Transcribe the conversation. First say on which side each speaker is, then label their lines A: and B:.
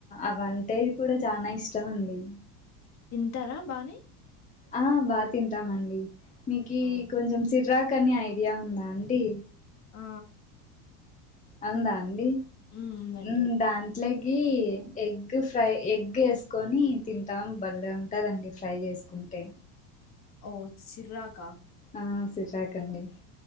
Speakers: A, on the left; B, on the left.
A: అవంటే కూడా చాల ఇష్టం అండి
B: తింటారా బానే
A: ఆ బాగా తింటామండి మీకి
B: హ్మ్.
A: కొంచెం సిర్రా కని ఐడియా ఉందా అండి
B: ఆ
A: వుందా అండి
B: హ్మ్. ఉందండి.
A: మ్ దాంట్లో గీ ఎగ్ ఫ్రై ఎగ్ వేసుకొని తింటాం బలే ఉంటదండి ఫ్రై చేసుకు టే
B: ఓ సిర్రాక
A: ఆ సిర్రాకండి